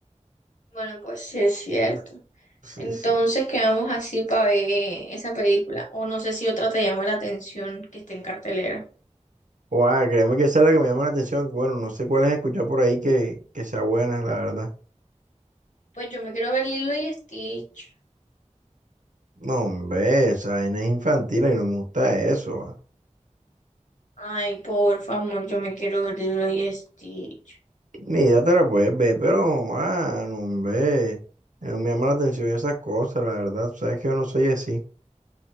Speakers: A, on the left (about 75°); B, on the right (about 80°).
A: Bueno, pues sí es cierto.
B: Sí,
A: Entonces
B: sí.
A: quedamos así para ver esa película. O no sé si otra te llama la atención que esté en cartelera.
B: Guau, créeme que esa es la que me llama la atención. que Bueno, no sé cuál es escuchar por ahí que, que sea buena, la verdad.
A: Pues yo me quiero ver Lilo y Stitch.
B: No, hombre, esa vaina es infantil y no me gusta eso. guau.
A: Ay, por favor, yo me quiero ver Lilo y Stitch.
B: Mi idea te la puedes ver, pero, ah, no, hombre, eh, no me llama la atención esas cosas, la verdad. Tú sabes que yo no soy así.